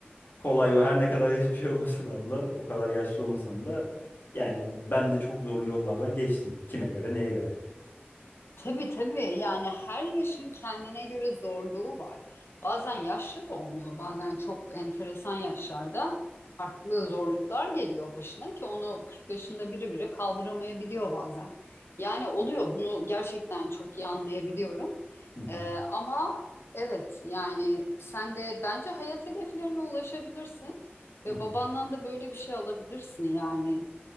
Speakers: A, on the left (about 55°); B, on the left (about 75°).
A: kolay o her ne kadar <laughs> bir şey olmasa da abla, o kadar yaşlı olmasam da yani ben de çok zorlu yollardan geçtim. Kime göre, neye göre.
B: Tabii tabii yani her yaşın kendine göre zorluğu var. Bazen yaşlı da olmuyor, bazen çok enteresan yaşlarda farklı zorluklar geliyor başına ki onu 40 yaşında biri bile kaldıramayabiliyor bazen. Yani oluyor bunu gerçekten çok iyi anlayabiliyorum.
A: Hı hı.
B: Ee, ama evet yani sen de bence hayat hedeflerine ulaşabilirsin ve
A: Hı hı.
B: babandan da böyle bir şey alabilirsin yani.